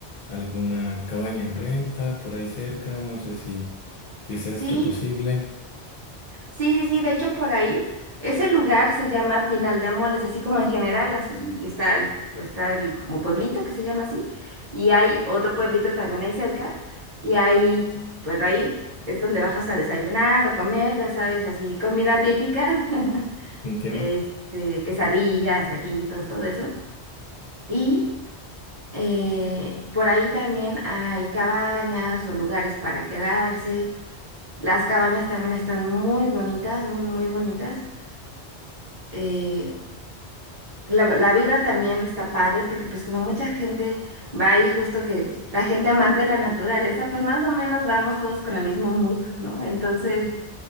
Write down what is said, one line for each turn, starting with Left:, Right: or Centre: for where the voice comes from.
Left: alguna cabaña en renta por ahí cerca. No sé si, si sea
Right: sí.
Left: esto posible.
Right: Sí, sí, sí, de hecho por ahí, ese lugar se llama Pinal de Amoles, así como en general, así está el, está el como pueblito que se llama así, y hay otro pueblito también ahí cerca, y ahí, bueno, ahí es donde bajas a desayunar o comer, ya sabes, así comida típica, <laughs>
Left: Entiendo.
Right: este, quesadillas, taquitos, todo eso, y eh, por ahí también hay cabañas o lugares para quedarse, las cabañas también están muy bonitas, muy, muy bonitas. eh, la, la vibra también está padre porque pues como mucha gente va ahí justo que la gente amante de la naturaleza, pues más o menos vamos todos con el mismo mood, ¿no? Entonces